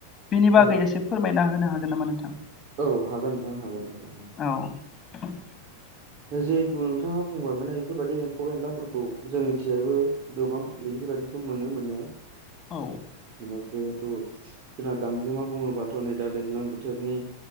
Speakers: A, on the left; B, on the right.
A: बेनि बागै
B: औ
A: एसे फोरमायना होनो हागोन नामा नोंथां?
B: औ हागोन नोंथां हागोन <unintelligible>
A: औ <inaudible>
B: जिहेथु नोंथाङा बुंबाय माने बेफोरबायदि एम्फौ एनलाफोरखौ जोंनिथिबो गोबां नुयो। बेफोरबादिखौ मोनो माने
A: औ
B: माने जिहेथु जोंना गांजेमा बुङोबाथ' नै दा दैज्लां बोथोरनि